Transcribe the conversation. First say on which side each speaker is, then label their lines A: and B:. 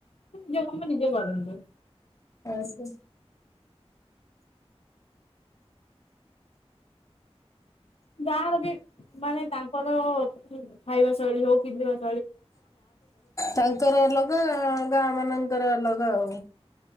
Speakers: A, on the left (about 65°); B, on the left (about 30°).
A: ନିଜ କାମ ନିଜେ କରନ୍ତୁ।
B: ଆଉ ସେ
A: ଗାଁ ର ବି ମାନେ ତାଙ୍କର ବି ଖାଇବା ଶୈଳୀ ହଉ ପିନ୍ଧିବା ଶୈ
B: ତାଙ୍କର ଅଲଗା ଗାଁ ମାନଙ୍କର ଅଲଗା ଆଉ।